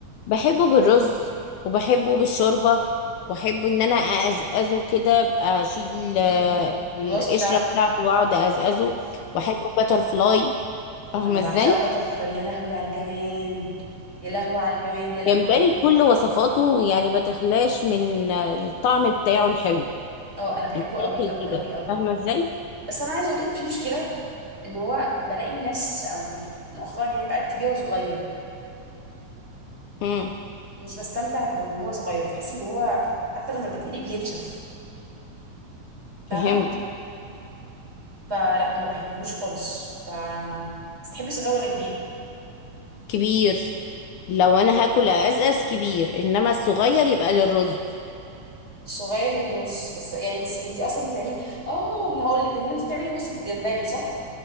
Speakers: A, on the left; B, on the right.
A: بحبه بالرز وبحبه بالشوربة واحب ان انا اقزقزه كده أبقى اشيل آه،
B: امم
A: القشرة
B: الوصف بتاعته
A: بتاعته واقعد اقزقزه واحبه باتر فلاي فاهمة
B: انا بعشقه
A: ازاي
B: باتر فلاي يا لهوي على الجمال يا لهوي على الجمال يا لهوي
A: الجمبري بكل وصفاته يعني ما تخلاش من الطعم بتاعه الحلو
B: اه انا بحبه
A: يتاكل
B: قوي قوي
A: كده
B: قوي قوي
A: فاهمة ازاي
B: بس انا عايز اقول لك في مشكله ان هو بلاقي الناس او بت- مؤخرا يعني بقت تبيعه صغير
A: امم
B: مش بستمتع بان هو صغير بحس ان هو حتى لما بيتقلي بينشف
A: فهمت
B: فاهمه فلا ما بحبهوش خالص ف بس تحبي صغير ولا كبير
A: كبير لو انا هاكل ازأز كبير انما الصغير يبقى للرز
B: صغير للوز بس يعني انت انت اصلا بتعملي اه اللي هقول لك ان انت بتعملي رز بجمبري صح